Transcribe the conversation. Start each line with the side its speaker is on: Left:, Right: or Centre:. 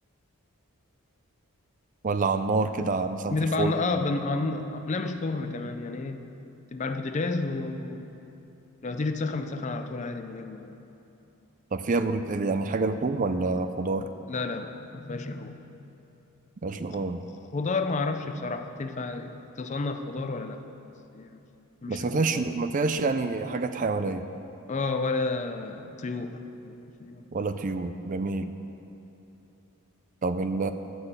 Right: ولا على النار كده مثلا
Left: بتبقى
Right: في الفرن
Left: عن... اه بن... عن... لا مش فرن كمان يعني ايه بتبقى على البوتاجاز ولو تيجي تسخن بتسخن على طول عادي من غير ما
Right: طب فيها بروت يعني حاجة لحوم ولا خضار؟
Left: لا لا لا ما فيهاش لحوم
Right: مفيهاش لحوم
Left: خ- خضار ما اعرفش بصراحة تنفع تصنف خضار ولا لا بس هي مش مش
Right: بس
Left: لحوم
Right: ما فيهاش
Left: خالص
Right: ما فيهاش يعني حاجات حيوانية
Left: اه ولا طيور مفيش طيور.
Right: ولا طيور جميل طب ال